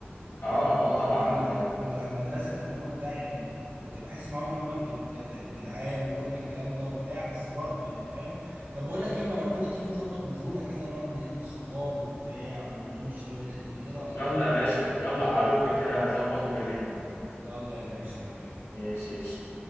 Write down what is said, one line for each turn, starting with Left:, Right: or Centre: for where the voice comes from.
Left: اه اه طبعا
Right: بتوع المن...
Left: دول
Right: بتوع المدرسه زمان وبتاع يعني كنت بحس معاهم ان هم جد... جد... جدعان وكل الكلام ده وبتاع بس برضه يعني فاهم طب بقول لك ايه ما لو كده تيجي نظبط نزوله كده نقعد نلم الصحاب وبتاع ونلم الشباب القديم ايه رايك
Left: يلا يا باشا يلا على بكره كده ظبط وكلمني
Right: يلا يا باشا يلا
Left: ماشي قشطة.